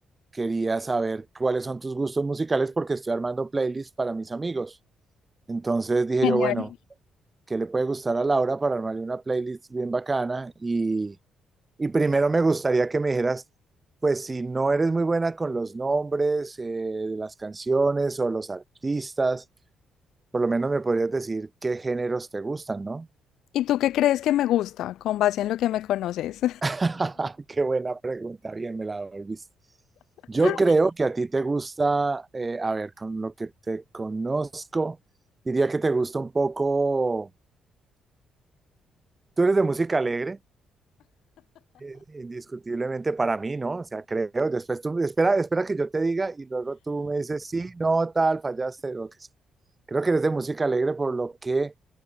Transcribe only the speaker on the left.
Genial.
¿Y tú qué crees que me gusta con base en lo que me conoces?
<laughs>